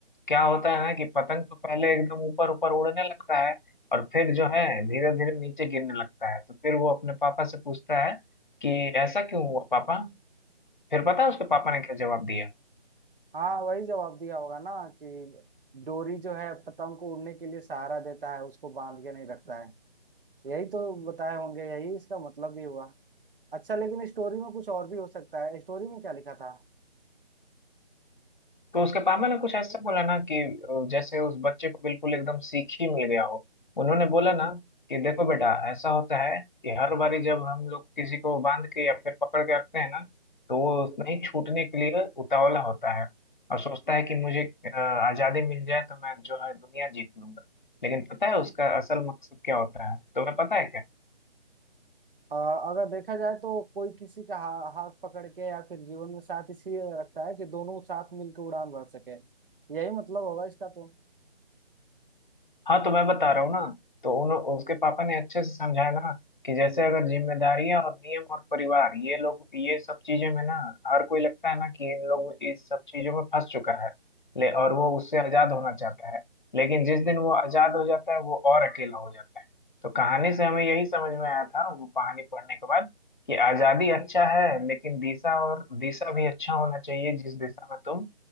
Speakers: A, on the left; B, on the right.
A: क्या होता है ना कि पतंग तो पहले एकदम ऊपर ऊपर उड़ने लगता है और फिर जो है धीरे धीरे नीचे गिरने लगता है तो फिर वो अपने पापा से पूछता है कि ऐसा क्यों हुआ पापा फिर पता है उसके पापा ने क्या जवाब दिया
B: हाँ वही जवाब दिया होगा ना कि डोरी जो है पतंग को उड़ने के लिए सहारा देता है उसको बांध के नहीं रखता है यही तो बताए होंगे यही इसका मतलब भी हुआ अच्छा लेकिन स्टोरी में कुछ और भी हो सकता है स्टोरी में क्या लिखा था
A: तो उसके पापा ने कुछ ऐसा बोला ना कि अ, जैसे उस बच्चे को बिल्कुल एकदम सीख ही मिल गया हो उन्होंने बोला ना कि देखो बेटा ऐसा होता है कि हर बारी जब हम लोग किसी को बांध के या फिर पकड़ के रखते हैं ना तो वो नहीं छूटने के लिए उतावला होता है और सोचता है कि मुझे अ, आजादी मिल जाए तो मैं जो है दुनिया जीत लूंगा लेकिन पता है उसका असल मकसद क्या होता है तुम्हें पता है क्या
B: अ, अगर देखा जाए तो कोई किसी का हा, हाथ पकड़ के या फिर जीवन में साथ इसलिए रखता है कि दोनों साथ मिलकर उड़ान भर सके यही मतलब होगा इसका तो
A: हाँ तो मैं बता रहा हूँ ना तो उन उसके पापा ने अच्छे से समझाया ना कि जैसे अगर जिम्मेदारियां और नियम और परिवार ये लोग ये सब चीजें में ना हर कोई लगता है ना कि इन लोग इस सब चीजों में फंस चुका है ले और वो उससे आजाद होना चाहता है लेकिन जिस दिन वो आजाद हो जाता है वो और अकेला हो जाता है तो कहानी से हमें यही समझ में आया था वो कहानी पढ़ने के बाद कि आजादी अच्छा है लेकिन दिशा और दिशा भी अच्छा होना चाहिए जिस दिशा में तुम